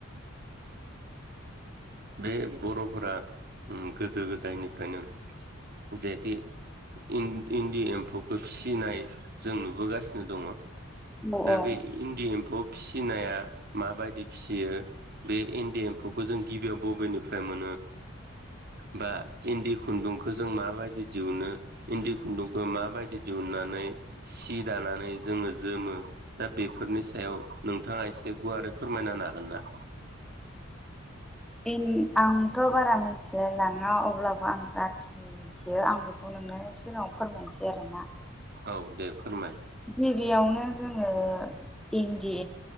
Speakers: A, on the right; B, in the centre.
A: बे बर'फोरा उम गोदो गोदायनिफ्रायनो जहेते इन-इन्दि एम्फौखौ फिसिनाय जों नुबोगासिनो दङ
B: औ
A: दा
B: औ
A: बे इन्दि एम्फौ फिसिनाया माबायदि फिसियो बे इन्दि एम्फौखौ जों गिबियाव बबेनिफ्राय मोनो। बा इन्दि खुन्दुंखौ जों माबायदि दिहुनो इन्दि खुन्दुंखौ माबायदि दिहुननानै सि दानानै जोङो जोमो। दा बेफोरनि सायाव नोंथाङा एसे गुवारै फोरमायना हागोन ना।
B: आं आंथ' बारा मिथिलायलाङा अब्लाबो आं जाखिनि मिथियो आं बेखौ नोंनो सिगाङाव फोरमायनोसै आरोना।
A: औ दे फोरमाय।
B: गिबियावनो जोङो इन्दि